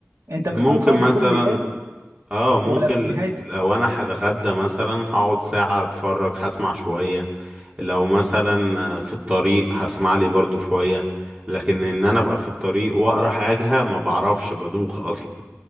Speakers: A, on the right; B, on the right.
A: انت
B: ممكن
A: بتكون فاضي
B: مثلا
A: كل يوم
B: اه ممكن
A: ولا في نهاية
B: لو انا هتغدى مثلا هقعد ساعه اتفرج هسمع شويه لو مثلا آه، في الطريق هسمع لي برضو شويه لكن ان انا ابقى في الطريق واقرا حاجه ما بعرفش بدوخ اصلا